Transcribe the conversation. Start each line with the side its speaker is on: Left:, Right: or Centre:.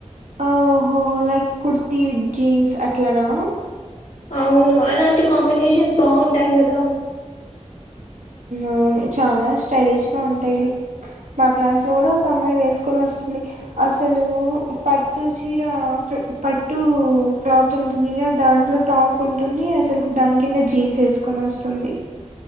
Right: ఓహో లైక్ కుర్తి విత్ జీన్స్ అట్లానా
Left: అవును అలాంటి కాంబినేషన్స్ బాగుంటాయి కదా
Right: అవును చానా స్టైలిష్గా ఉంటాయిలే మా క్లాస్ లో కూడా ఒక అమ్మాయి వేసుకొని వస్తుంది అసలు పట్టు చీర పట్టు క్లాత్ ఉంటుందిగా దాంట్లో టాప్ ఉంటుంది అసలు దాని కింద జీన్స్ వేసుకొని వస్తుంది